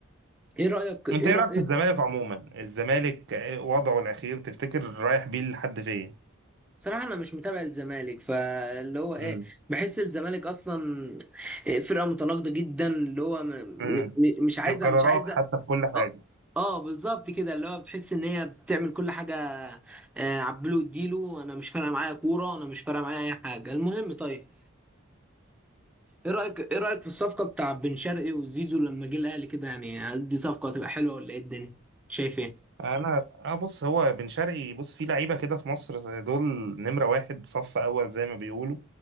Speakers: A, in the centre; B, on the right.
A: ايه رايك ايه
B: انت ايه
A: رايك
B: رايك في الزمالك عموما الزمالك إيه وضعه الاخير تفتكر رايح بيه لحد فين
A: صراحه انا مش متابع الزمالك فاللي هو ايه
B: مم.
A: بحس الزمالك اصلا إيه، فرقه متناقضه جدا اللي هو م... م...
B: امم
A: م- مش عايزه
B: في القرارات
A: مش عايزه
B: حتى في كل حاجه
A: اه آه، بالظبط كده اللي هو بتحس ان هي بتعمل كل حاجه آه، عبله اديله انا مش فارقه معايا كوره انا مش فارقه معايا اي حاجه المهم طيب ايه رايك ايه رايك في الصفقه بتاع بن شرقي وزيزو لما جه الاهلي كده يعني هل دي صفقه هتبقى حلوه ولا ايه الدنيا شايف ايه
B: انا اه بص هو بن شرقي بص في لعيبه كده في مصر دول نمره واحد صف اول زي ما بيقولوا